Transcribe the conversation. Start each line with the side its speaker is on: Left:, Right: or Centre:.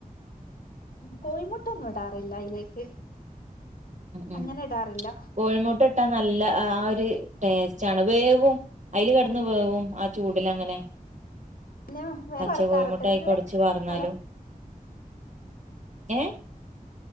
Left: കോഴിമുട്ടൊന്നും ഇടാറില്ല അയിലേക്ക്
Right: ഉം
Left: അങ്ങനെ ഇടാറില്ല
Right: കോഴിമുട്ട ഇട്ടാ നല്ല ആ ഒരു ടേസ്റ്റ് ആണ് വേവും അയി കിടന്ന് വേവും ആ ചൂടില് അങ്ങനെ
Left: പിന്നെ വേറെ
Right: പച്ച
Left: വറക്കാറൊക്കെ
Right: കോഴിമുട്ട ആയി
Left: നിങ്ങള്
Right: കൊഴിച്ച് വ തന്നാലും
Left: ഹലോ
Right: ഏ